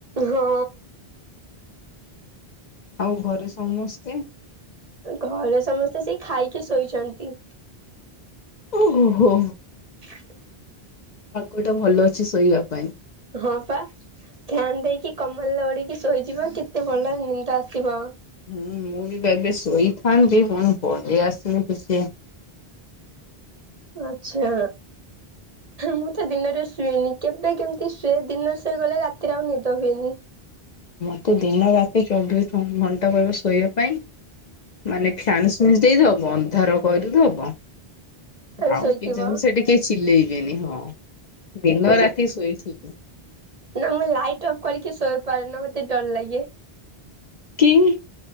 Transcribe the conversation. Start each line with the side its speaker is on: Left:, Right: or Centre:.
Right: ହଁ।
Left: ଆଉ ଘରେ ସମସ୍ତେ।
Right: ଘରେ ସମସ୍ତେ ସେ ଖାଇକି ଶୋଇଛନ୍ତି।
Left: ଓ ହୋ ହୋ।
Right: <unintelligible>
Left: ପାଗଟା ଭଲ ଅଛି ଶୋଇବା ପାଇଁ।
Right: ହଁ ପା ଫ୍ୟାନ ଦେଇକି କମଲ <unintelligible> ଶୋଇଚି ବା, କେତେ ଭଲ ନିଦ ଆସିବ।
Left: ହୁଁ ମୁଁ ବି ଏବେ ଶୋଇଥାନ୍ତି ପୁଣି ପେଇ ଆସନି ଟିକେ।
Right: ଆଛା। ମୁଁ ତ ଦିନରେ ଶୁଏନି, କେବେ କେମିତି ଶୁଏ ଦିନରେ ଶୋଇଗଲେ ରାତିରେ ଆଉ ନିଦ ହୁଏନି।
Left: ମୋତେ ଦିନ ରାତି ଚବିଶ ଘଣ୍ଟା କହିବ ଶୋଇବା ପାଇଁ ମାନେ ଫ୍ୟାନ୍ ସୁଇଚ ଦେଇଦବ, ଅନ୍ଧାର କରିଦବ
Right: ତମେ
Left: ଆଉ
Right: ଶୋଇଥିବ
Left: କିଚେନ ସେଥି କେହି ଚିଲେଇବେନି, ହଁ <unintelligible> ଦିନ ରାତି ଶୋଇଥିବି।
Right: ନା ମୁଁ ଲାଇଟ୍ ଅଫ୍ କରିକି ଶୋଇପାରେ ନା ମତେ ଡର ଲାଗେ।
Left: କିଂ